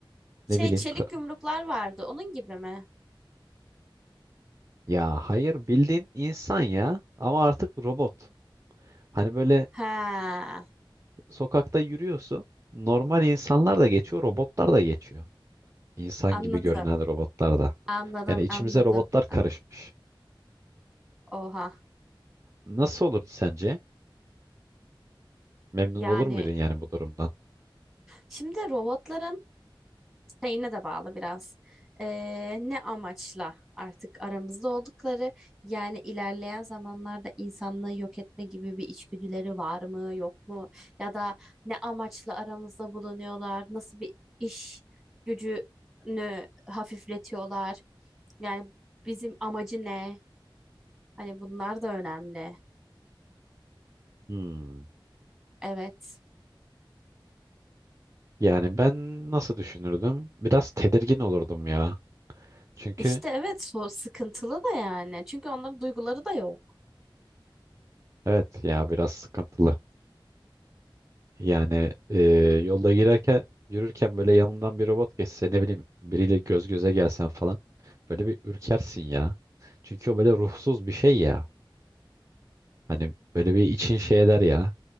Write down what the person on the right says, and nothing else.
ne bileyim.
ka-
Ya hayır bildiğin insan ya ama artık robot. Hani böyle
sokakta yürüyorsun. Normal insanlar da geçiyor, robotlar da geçiyor. İnsan
gibi görünen robotlar da.
Yani içimize
robotlar
karışmış.
Nasıl olurdu sence? Memnun
olur muydun yani bu durumdan?
Hmm.
Yani ben nasıl düşünürdüm? Biraz tedirgin olurdum ya. Çünkü
evet ya biraz sıkıntılı. Yani e, yolda girerken yürürken böyle yanımdan bir robot geçse ne bileyim biriyle göz göze gelsen falan böyle bir ürkersin ya. Çünkü o böyle ruhsuz bir şey ya. Hani böyle bir için şey eder ya.